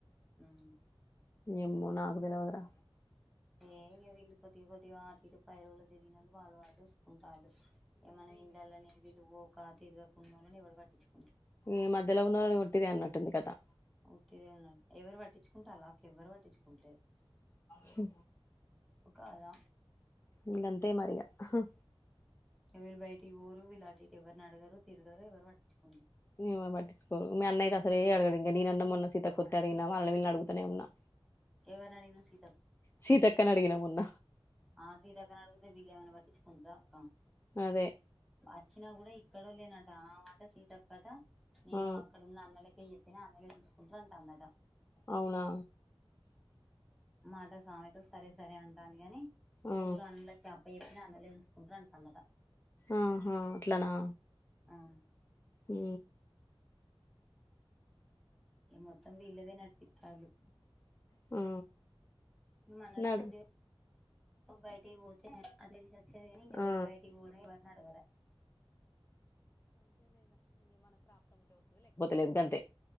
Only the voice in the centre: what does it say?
ఉహు
ఏ వీళ్ళు కొద్ది కొది ఆటు ఇటు పైరవల తిరిగినోళ్లు వాళ్ళ వాళ్ళు చూసుకుంట అంటలు ఇగ మనం ఇల్లాలనినే వీళ్ళు పోక తిరగక ఉన్నోళను ఎవడు పట్టించుకో
ఉట్టిదే ఉన్నాడు ఎవరు పట్టించుకుంటండ్లా నాకు ఎవ్వరు పట్టించుకుంటలేదు
ఒక అదా
వీలు బయటకి పోరు వీళ్ళు అటు ఇటు ఎవరుని అడగరు తిరగరు ఎవరు పట్టించు
ఎవ్వరిని అడిగినావ్ సీ
ఆ సీతక్క నీ అడిగితే విళ్లు ఏమన్న పట్టించుకుంటరా అక్కా
వచ్చినా కూడా ఇక్కడో లేనట ఆ మాట సీత అక్కట నేను
అక్కడ ఉన్న అన్నలకే చెప్పిన అన్నలే చూసుకుంటార అంటాంది అట
మాతో స్వామితో సరే సరే అంటాంది కాని
ఊర్లో అందురికి అప్ ఎంత చెప్పిన అన్నలే చూసుకుంటారు అంటదట
అవును
ఈ మొత్తం వీళ్ళదే నడిపిత్తల్లు
మనోళ్లు
కొద్దిగా బయటకిపోతే అట్లా తీసే చేయని
వీళ్ళు బయటికి పోరు ఎవరిని అడగలే